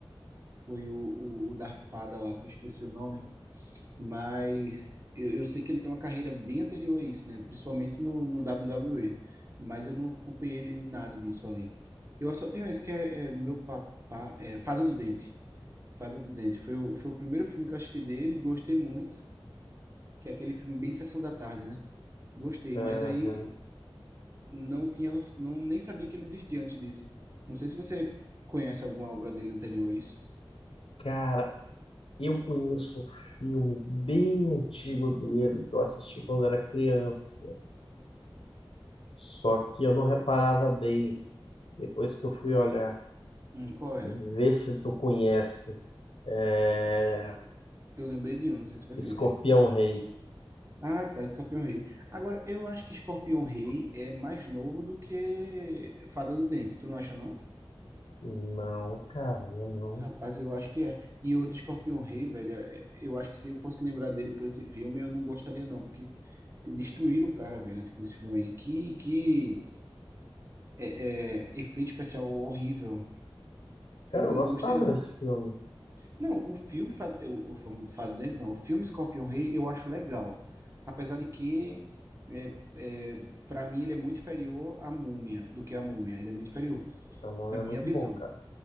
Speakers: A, on the right; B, on the left.
A: foi o, o, o da fada lá, que eu esqueci o nome, mas eu, eu sei que ele tem uma carreira bem anterior a isso, né? Principalmente no, no WWE, mas eu não acompanhei ele em nada disso além. Eu só tenho esse que é, é meu papá, é Fada do Dente. Fada do Dente foi o, foi o primeiro filme que eu assisti dele, gostei muito, que é aquele filme bem Sessão da Tarde, né? Gostei,
B: Aham.
A: mas aí não tinha, não, nem sabia que ele existia antes disso. Não sei se você conhece alguma obra dele anterior a isso.
B: Cara, eu conheço um filme bem antigo dele que eu assisti quando era criança. Só que eu não reparava bem. Depois que eu fui olhar,
A: Hum, qual é?
B: vê se tu conhece. É...
A: Eu lembrei de um, não sei se vai
B: Escorpião
A: ser esse.
B: Rei.
A: Ah, tá, Escorpião Rei. Agora, eu acho que Escorpião Rei é mais novo do que Fada do Dente, tu não acha, não?
B: Não, cara, não, não.
A: Rapaz, eu acho que é. E outro Escorpião Rei, velho, é- eu acho que se eu fosse lembrar dele por esse filme, eu não gostaria, não, porque destruíram o cara, velho, nesse filme aí. Que, que é, é, efeito especial horrível.
B: Cara,
A: Eu,
B: eu
A: eu
B: gostava
A: não gostei, não.
B: desse filme.
A: Não, o filme, Fado- eu- o fam- Fado Dente, não, o filme Escorpião Rei eu acho legal. Apesar de que, é, é, para mim, ele é muito inferior à Múmia, do que a Múmia. Ele é muito inferior,
B: Tamão
A: na
B: é
A: minha
B: muito
A: visão.
B: bom, cara.